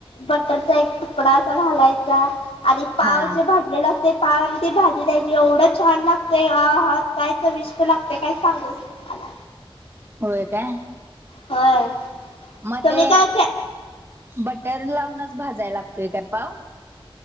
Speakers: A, on the left (about 80°); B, on the right (about 25°).
A: बटरचा एक तुकडा असा घालायचा आणि पाव
B: हा
A: जे भाजलेला असतेत पाव ती भाजी द्यायची एवढं छान लागतय अ हा काय चविष्ट लागतेय काय सांगूच आला
B: हो काय
A: होय
B: मग
A: तुम्ही
B: ते
A: काय खे
B: बटर लावूनच भाजायला लागतय काय पाव